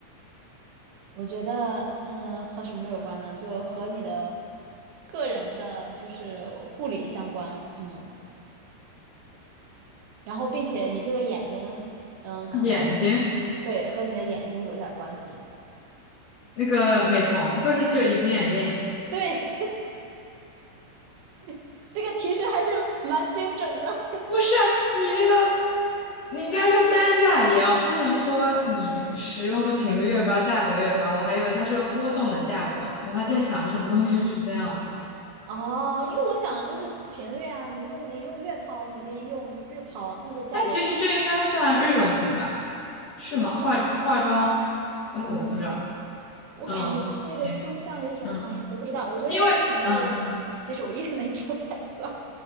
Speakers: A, on the right; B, on the left.
A: 我觉得，嗯，和什么有关呢？就和你的个人的，就是护理相关。嗯，然后并且你这个眼睛，嗯，可能
B: 眼睛，
A: 对和你的眼睛有点儿关系。
B: 那个美瞳，不是，就隐形眼镜，
A: 对，<laughs> 这个提示还是蛮精准的。<laughs>
B: 不是你那个，你应该说单价一样，不能说你使用的频率越高，价格越高。我还以为它是个波动的价格呢，我还在想什么东西是那样的。
A: 哦，因为我想的就是频率啊，你用你用月抛，你跟用日抛那个价格不一样嘛，
B: 但其实这应该算日用品吧？是吗？
A: 这算吗？
B: 化化妆，嗯，
A: 嗯，
B: 我不知道。
A: 我感觉这个更像一种，
B: 嗯，行，嗯，
A: 哎呀，我不知道，我觉得日用品就是可能洗手液那种才算。
B: 因为嗯，